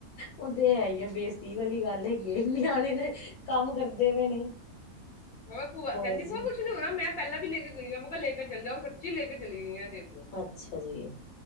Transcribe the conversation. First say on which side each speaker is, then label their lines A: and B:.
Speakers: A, on the left (about 75°); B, on the left (about 50°).
A: ਉਹ ਤੇ ਹੈ ਹੀ ਆ ਬੇਸਤੀ ਵਾਲੀ ਗੱਲ ਹੈਗੀ ਆ ਨਿਆਣੇ ਨੇ ਕੰਮ ਕਰਦੇ ਪਏ ਨੇ
B: ਹ ਭੂਆ
A: ਹੋਰ
B: ਕਹਿੰਦੀ ਭੂਆ
A: ਜੀ
B: ਕੁਛ ਨੀ ਹੋਣਾ ਮੈਂ ਪਹਿਲਾਂ ਵੀ ਲੈ ਕੇ ਗਈ ਹਾਂ ਮੈਂ ਕਿਹਾ ਲੈ ਕੇ ਚੱਲ ਜਾਓ ਸੱਚੀ ਲੈ ਕੇ ਚਲੀ ਗਈ ਹ ਦੇਖ ਲੋੋ
A: ਅੱਛਾ ਜੀ